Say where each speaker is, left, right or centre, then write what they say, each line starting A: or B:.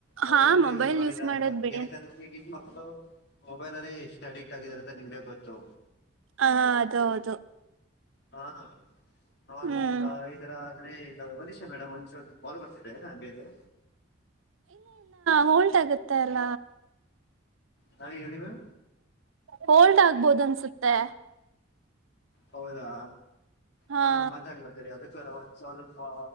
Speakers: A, on the left; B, on the right.
A: ಮೊಬೈಲ್
B: ಹಾ
A: ಯೂಸ್ ಮಾಡಿ.
B: ಮಾಡೋದ್ ಬಿಡಿ
A: ಏನಕಂದ್ರೆ ಈಗ ಈಗ ಮಕ್ಕಳು ಮೊಬೈಲ್ ಅಲ್ಲಿ ಎಷ್ಟು ಅಡಿಕ್ಟ್ ಆಗಿದ್ದಾರೆ. ನಿಮಗೆ ಗೊತ್ತು.
B: ಹ ಅದ ಹೌದು.
A: ಹಾ. <unintelligible>
B: ಹ್ಮ್
A: ಮ ಈಗ ವನಷ ಮೇಡಮ್ ಒನ್ ನಿಮಿಷ ಒಂದ್ ಕಾಲ್ ಬರ್ತಿದೆ ಹಂಗೆ ಇರ್ರಿ.
B: ಹೋಲ್ಟ್ ಆಗುತ್ತೆ. ತಲ.
A: ಹಾ ಹೇಳರಾ.
B: ಹೋಲ್ಡ್ ಆಗ್ಬೋದ ಅನ್ಸುತ್ತೆ.
A: ಹೌದಾ.
B: ಹಾ
A: ಹ ಮತ್ತಾಗ ಮತರಿ ಅದಕ್ಕಲ್ಲ ಒಂದ್ ಸ್ವಲ್ಪ